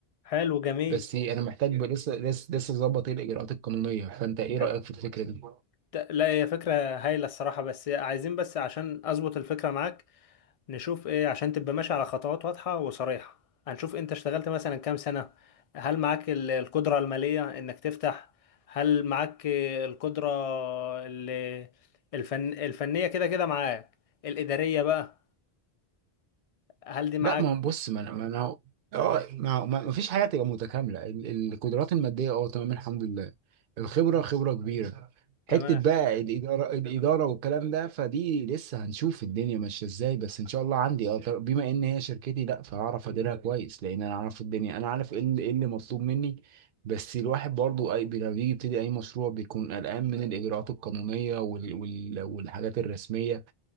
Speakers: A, on the left; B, on the right.
A: حلو جميل
B: بس انا محتاج ب- لسه لسه لسه ظبط الاجراءات القانونيه فانت ايه
A: طب
B: رايك في الفكره دي؟
A: ت- لا هي فكره هايله الصراحه بس عايزين بس عشان اظبط الفكره معاك نشوف ايه عشان تبقى ماشي على خطوات واضحة وصريحة هنشوف انت اشتغلت مثلا كام سنة هل معاك ال- القدرة المالية انك تفتح هل معاك القدرة ال- الفن الفنية كده كده معاك الإدارية بقى هل دي معاك
B: لا ما هو بص ما انا ما آه. انا اه ما هو- ما ما فيش حاجه تبقى متكامله ال- القدرات الماديه اه تمام الحمد لله الخبره خبره كبيره حته
A: تمام
B: بقى الاداره الاداره والكلام ده فدي لسه هنشوف الدنيا ماشيه ازاي بس ان شاء الله عندي اه طر- بما ان هي شركتي لا فهعرف اديرها كويس لان انا عارف الدنيا انا عارف ايه اللي إيه اللي مطلوب مني بس الواحد برضو اي لما بيجي يبتدي اي مشروع بيكون قلقان من الاجراءات القانونيه وال... وال... والحاجات الرسميه